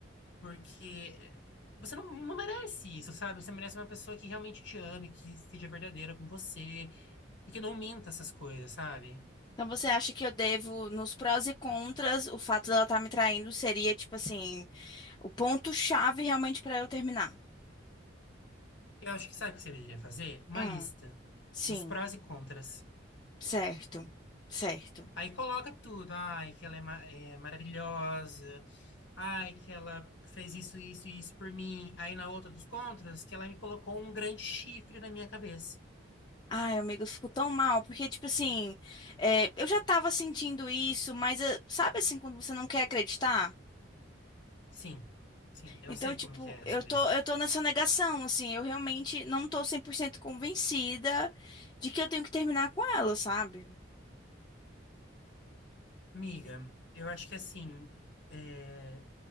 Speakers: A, on the left; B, on the left.
A: Porque você não, não merece isso, sabe? Você merece uma pessoa que realmente te ame, que seja verdadeira com você e que não minta essas coisas, sabe?
B: Então você acha que eu devo, nos prós e contras, o fato dela estar me traindo seria, tipo assim, o ponto-chave realmente para eu terminar?
A: Eu acho que sabe o que você deveria fazer? Uma
B: Hum,
A: lista
B: sim,
A: dos prós e contras.
B: certo, certo.
A: Aí coloca tudo. Ai, que ela é, ma- é maravilhosa. Ai, que ela fez isso, isso e isso por mim. Aí na outra dos contras, que ela me colocou um grande chifre na minha cabeça.
B: Ai, amiga, eu fico tão mal, porque, tipo assim, é, eu já tava sentindo isso, mas é, sabe assim, quando você não quer acreditar?
A: Sim, sim, eu
B: Então,
A: sei
B: tipo,
A: como que é
B: eu
A: sobre
B: tô,
A: isso.
B: eu tô nessa negação, assim, eu realmente não tô 100% convencida de que eu tenho que terminar com ela, sabe?
A: Miga, eu acho que assim, é,